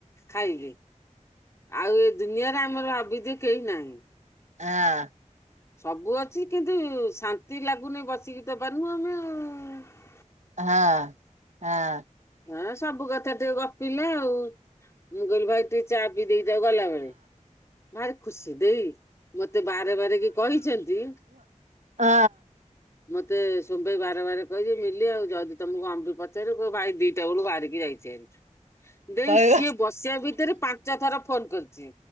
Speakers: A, on the left; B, on the right.
A: ଖାଇଲେ ଆଉ ଏ ଦୁନିଆରେ ଆମର ଆବଦ କେହି ନାହିଁ।
B: ଆଁ।
A: ସବୁ ଅଛି କିନ୍ତୁ ଶାନ୍ତି ଲାଗୁନି ବସିକି ତ ପାରୁନୁ ଆମେ ଆଉ।
B: ହଁ ହଁ।
A: ହଁ ସବୁ କଥା ଟିକେ ଗପିଲେ ଆଉ ମୁଁ କହିଲି ଭାଇ ଟିକେ ଚା ପି ଦେଇ ଯାଉ ଗଲାବେଳେ ଭାରି ଖୁସି ଦେଇ ମତେ ବାର ବାରେ କି କହିଛନ୍ତି।
B: ଅ।
A: ମତେ ସୁମବାଇ ବାର ବାର କହିଛିି ମିଲି ଆଉ ଯଦି ତମକୁ ଅମ୍ୱି ପଚାରିବ ଭାଇ ଦି ଟା ବେଳୁ ବାହାରିକି ଯାଇଛି ହାରି। ଦେଇ
B: କହିବ
A: ସିଏ ବସିବା ଭିତରେ ପାଞ୍ଚ ଥର ଫୋନ କରିଛି।